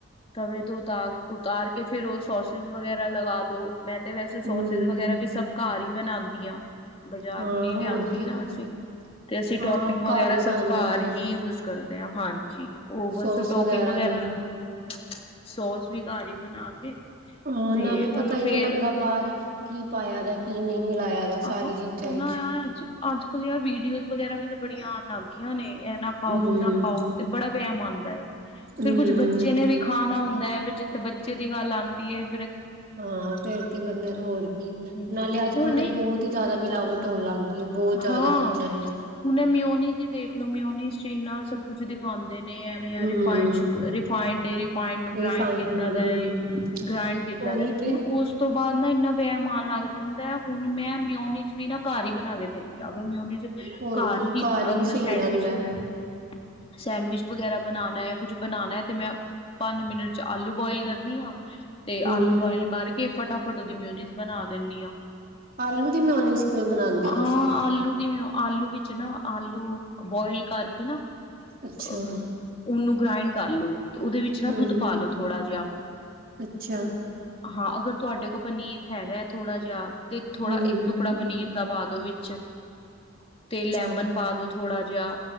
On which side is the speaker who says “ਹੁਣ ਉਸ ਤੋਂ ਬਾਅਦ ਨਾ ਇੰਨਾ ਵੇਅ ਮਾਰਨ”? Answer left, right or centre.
Left